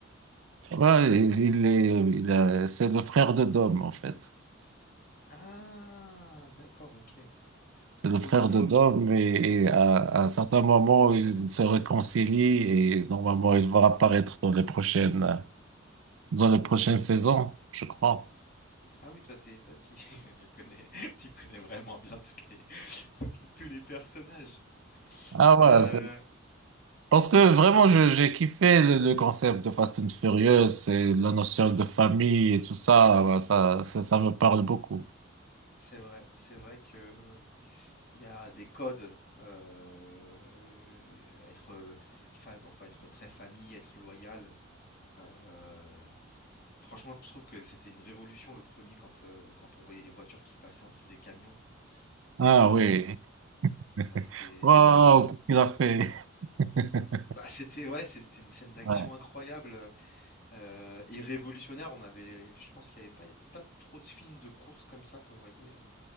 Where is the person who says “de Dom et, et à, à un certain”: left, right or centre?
Right